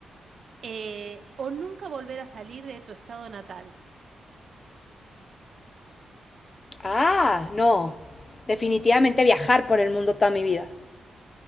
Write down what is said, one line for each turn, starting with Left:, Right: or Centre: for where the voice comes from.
Right: eh, o nunca volver a salir de tu estado natal?
Left: Ah, no, definitivamente viajar por el mundo toda mi vida.